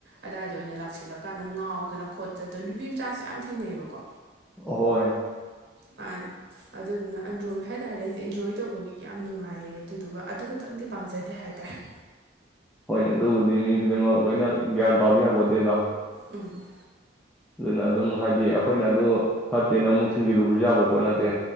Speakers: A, on the right (about 60°); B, in the centre.
A: ꯑꯗꯥꯏꯗ ꯑꯣꯏꯅ ꯂꯥꯛꯁꯜꯂ ꯀꯥꯟꯗ ꯉꯥꯎꯗꯅ ꯈꯣꯠꯇꯅ ꯅꯨꯄꯤ ꯃꯆꯥꯁꯨ ꯌꯥꯝ ꯊꯦꯡꯅꯩꯑꯕꯀꯣ꯫
B: ꯍꯣꯏ꯫
A: ꯃꯥꯅꯦ ꯑꯗꯨꯗꯨꯅ ꯑꯟꯗ꯭ꯔꯣꯒꯤ ꯍꯥꯏ ꯇꯥꯔꯗꯤ ꯑꯩꯁꯦ ꯑꯦꯟꯖꯣꯏ ꯇꯧꯕꯒꯤꯗꯤ ꯌꯥꯝ ꯅꯨꯡꯉꯥꯏꯌꯦ꯫ ꯑꯗꯨꯗꯨꯒ ꯑꯗꯨ ꯇꯪꯗꯤ ꯄꯥꯝꯖꯗꯦ ꯍꯥꯏ <unintelligible>
B: ꯍꯣꯏ ꯑꯗꯨꯕꯨꯗꯤ ꯃꯤ ꯈꯨꯗꯤꯡꯃꯛ ꯂꯣꯏꯅ ꯒ꯭ꯌꯥꯟ ꯇꯥꯎꯗꯤ ꯌꯥꯄꯣꯠꯇꯦꯗꯣ
A: ꯎꯝ
B: ꯑꯗꯨꯅ ꯑꯗꯨꯝ ꯍꯥꯏꯗꯤ ꯑꯩꯈꯣꯏꯅ ꯑꯗꯨ ꯐꯠꯇꯦꯅ ꯑꯃꯨꯛ ꯊꯤꯟꯖꯤꯜꯂꯨꯕꯁꯨ ꯌꯥꯕ ꯄꯣꯠ ꯅꯠꯇꯦ